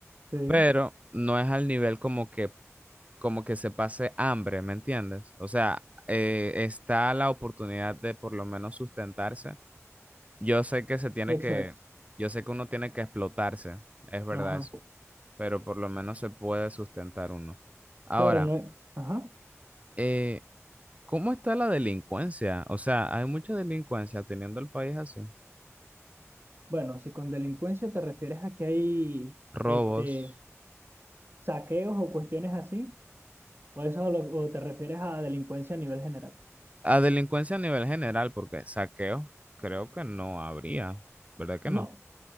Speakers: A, on the right (about 45°); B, on the right (about 25°).
A: sí,
B: pero no es al nivel como que, como que se pase hambre, ¿me entiendes? O sea, eh, está la oportunidad de por lo menos sustentarse. Yo sé que se tiene
A: exacto,
B: que, yo sé que uno tiene que explotarse, es verdad
A: ajá.
B: eso, pero por lo menos se puede sustentar uno. Ahora,
A: Claro, no es- Ajá.
B: eh, ¿cómo está la delincuencia? O sea, hay mucha delincuencia teniendo el país así,
A: Bueno, si con delincuencia te refieres a que hay
B: robos,
A: este, saqueos o cuestiones así, o eso a lo- o te refieres a delincuencia a nivel general.
B: a delincuencia a nivel general, porque saqueo, creo que no habría, ¿verdad que
A: No,
B: no?